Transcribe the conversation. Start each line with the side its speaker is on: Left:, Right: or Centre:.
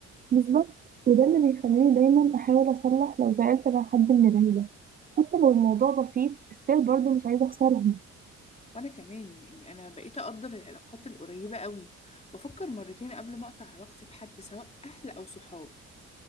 Right: بالظبط وده اللي بيخليني دايما احاول اصلح لو زعلت مع حد من العيله حتى لو الموضوع بسيط استيل برضه مش عايزه اخسرهم
Left: وأنا كمان يعني أنا بقيت أقدر العلاقات القريبة قوي وأفكر مرتين قبل ما أقطع علاقتي بحد سواء أهل أو صحاب